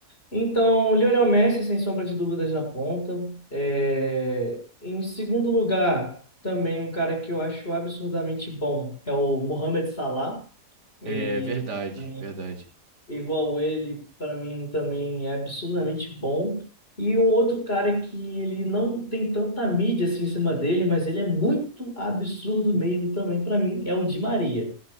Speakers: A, on the left (about 35°); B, on the right (about 85°).
A: Então, Lionel Messi, sem sombra de dúvidas, na ponta. É, Em segundo lugar, também um cara que eu acho absurdamente bom é o Mohamed Salah. Ele,
B: É verdade,
A: pra mim,
B: verdade.
A: igual ele, para mim também é absurdamente bom. E um outro cara que ele não tem tanta mídia assim em cima dele, mas ele é muito absurdo mesmo também para mim, é o Di Maria.